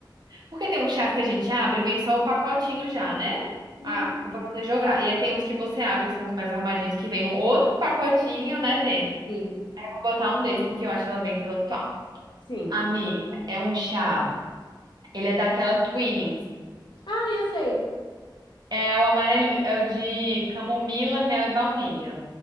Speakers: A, on the right (about 55°); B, on the left (about 65°).
A: Porque tem um chás que a gente abre e vem só o pacotinho já, né?
B: Uhum.
A: Ah, o pra você jogar. E aí tem uns que você abre, que são os mais armadinhos, que vem um outro pacotinho, né, dentro.
B: Sim,
A: Eu vou botar um desse, porque eu acho ela bem intelectual.
B: sim.
A: Amiga, é um chá. Ele é daquela Twinings.
B: Ah, eu sei.
A: É o amarelinho, é o de camomila, mel e baunilha.